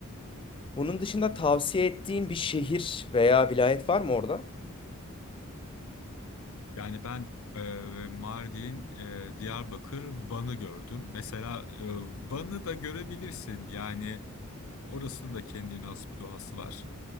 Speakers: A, on the left (about 25°); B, on the left (about 75°).
A: Bunun dışında tavsiye ettiğin bir şehir veya vilayet var mı orada?
B: Yani ben e, Mardin, e, Diyarbakır, Van'ı gördüm. Mesela e, Van'ı da görebilirsin. Yani orasının da kendine has bir doğası var.